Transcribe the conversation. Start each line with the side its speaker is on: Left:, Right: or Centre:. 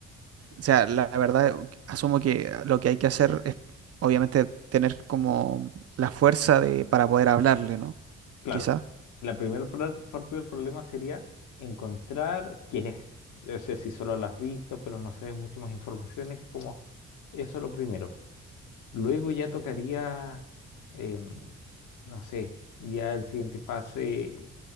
Right: sea, la verdad, asumo que lo que hay que hacer es, obviamente, tener como la fuerza de, para poder hablarle, ¿no?
Left: Claro,
Right: Quizás.
Left: la primera par- parte del problema sería encontrar quién es. O sea, si solo la has visto, pero no sabes mucho más información, es como eso lo primero. Luego ya tocaría, em, no sé, ya el siguiente pase,